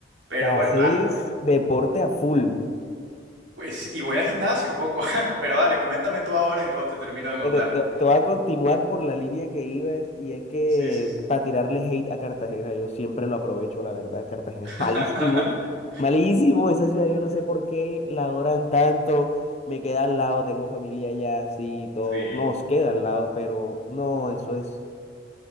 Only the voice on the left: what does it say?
Te haces
deporte a full.
Pero te, te voy a continuar por la línea que ibas y es que
para tirarle hate a Cartagena, yo siempre lo aprovecho, la verdad. Cartagena
es <laughs> malísimo, malísimo. Esa ciudad yo no sé por qué la adoran tanto. Me queda al lado, tengo familia allá, así y todo.
Nos queda al lado, pero no, eso es.